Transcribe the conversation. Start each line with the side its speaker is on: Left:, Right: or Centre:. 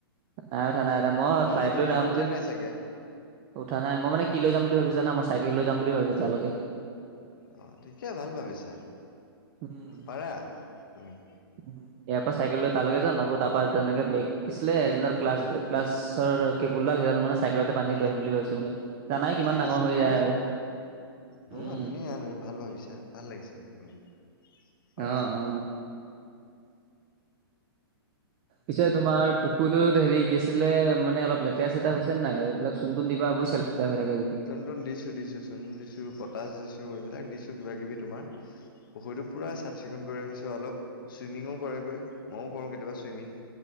Right: নাই উঠা, নাই উঠা, মই
Left: মোৰ
Right: ফ্লাইট
Left: নতুনখনত
Right: লৈ যাম বুলি
Left: উঠাই নাই চাগে
Right: উঠা নাই, মই মানে কি লৈ যাম বুলি ভাবিছো জানা, মই চাইকেল লৈ যাম বুলি ভাবিছোঁ তাৰ লৈকে।
Left: অ, ঠিকে ভাল ভাবিছা,
Right: উম,
Left: পাৰা তুমি।
Right: উম। ইয়াৰ পৰা চাইকেল লৈ তালৈকে যাম, আকৌ তাৰপৰা তেনেকে বেগ কি আছিলে, যোনডাল ক্লাছ, ক্লাছৰ কেবুলডাল সেইডাল মানে চাইকেলতে বান্ধি
Left: অ
Right: লৈ আহিম বুলি ভাবিছো মানে জানাই কিমান
Left: ঠিক
Right: ডাঙৰ
Left: আছে
Right: হৈ
Left: পাৰা
Right: যায় আৰু। উম,
Left: হ'ব ধুনীয়া আৰু ভাল ভাবিছা ভাল লাগিছে মোক শুনি। পাৰা
Right: অ অ পিছে তোমাৰ পুখুৰীটোত হেৰি কি আছিলে মানে অলপ লেতেৰা চেতেৰা হৈছে নাই এইবিলাক চুন তুন দিবা বুইচা লেতেৰা হৈ থাকে যদি।
Left: চুন দিছোঁ দিছোঁ চুন দিছোঁ, পটাছ দিছোঁ এইবিলাক দিছোঁ কিবাকিবি তোমাৰ। পুখুৰীটো পুৰা চাফ চিকুণ কৰি ৰাখিছোঁ অলপ চুইমিঙো কৰেগৈ ময়ো কৰোঁ কেতিয়াবা চুইমিং।